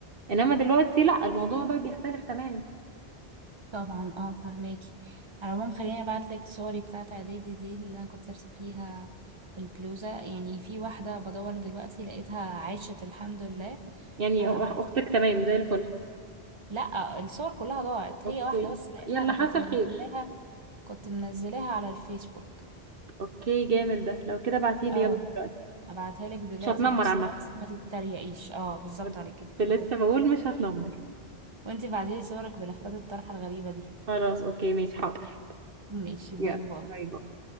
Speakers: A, on the right; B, on the right.
A: انما دلوقتي لا الموضوع بقى بيختلف تماما
B: طبعا اه فهماكي على العموم خليني أبعتلك صوري بتاعة إعدادي دي اللي أنا كنت لابسة فيها البلوزة يعني في واحدة بدور دلوقتي لقيتها عاشت الحمد لله
A: يعني
B: فهبعت
A: اختك تمام زي الفل
B: لا الصور كلها ضاعت
A: اوكي
B: هي واحدة بس لقيتها
A: يلا
B: أنا
A: حصل
B: كنت منزلاها
A: خير
B: كنت منزلاها على الفيسبوك
A: اوكي جامد ده لو كده بعتيلي
B: اه
A: يلا دلوقتي
B: ابعتها لك دلوقتي
A: مش هتنمر
B: تبص
A: عامة
B: بس ما تتريقيش اه بالظبط
A: كنت
B: عليكي برافو
A: لسه بقول مش هتنمر
B: وانتي بعتيلي صورك بلفات الطرحة الغريبة دي
A: خلاص اوكي ماشي حاضر
B: ماشي باي
A: يلا
B: باي
A: باي باي